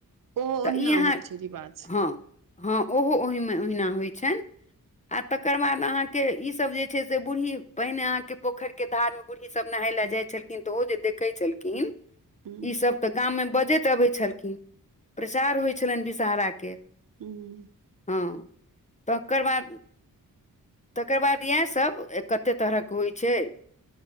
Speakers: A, on the right; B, on the left.
A: ओहो
B: त
A: ओहिना
B: ई अहाँ
A: होइ छै रिवाज
B: हँ हँ ओहो ओहिमे ओहिना होइ छैन आ तकर बाद अहाँ केँ इ सब जे छै से बूढ़ी पाइन आहाँ केँ पोखर के धार मे। बूढ़ी सब नहाय ले जाइ छलखिन तऽ ओहो जे देखै छलखिन।
A: ह
B: ईसभ तऽ गाममे बजैत अबै छलखिन प्रचार होइ छलैन विषहरा केँ
A: <unintelligible>
B: हँ <inaudible> तकर बाद। तकर बाद इएह सब कते तरहक होइ छै।